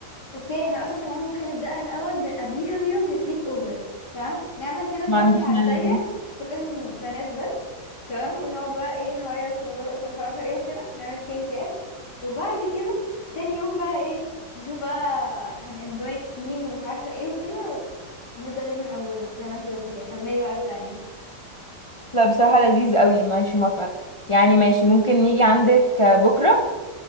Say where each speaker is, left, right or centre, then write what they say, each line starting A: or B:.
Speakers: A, on the left; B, on the left.
A: اوكي احنا اصلا كمان ممكن نبدأها الاول ب- قبليها بيوم نسليب اوفر تمام نعمل كده بارتي
B: ما عنديش
A: على
B: مانع
A: الضيق تكون بنات بس تمام ونقعد بقى ايه نهيص ونرقص ومش عارفة ايه وكده نعمل سكين كير وبعد كده تاني يوم بقى ايه نشوف بقى هنانفايت مين ومش عارفه ايه وكده نبدأ اليوم من أوله زي ما انتي قلتي كده كملي بقى البلاننج
B: لا بصراحة لذيذ قوي ماشي موافقة يعني ماشي ممكن نيجي عندك آه، بكرة